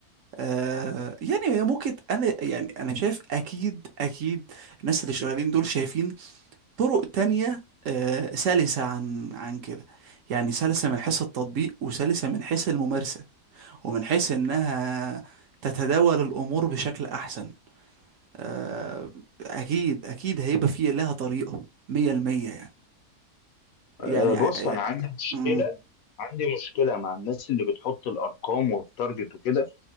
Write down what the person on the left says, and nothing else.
أه،
بص
انا
عندي مشكله
عندي مشكله مع الناس اللي بتحط الارقام والتارجت وكده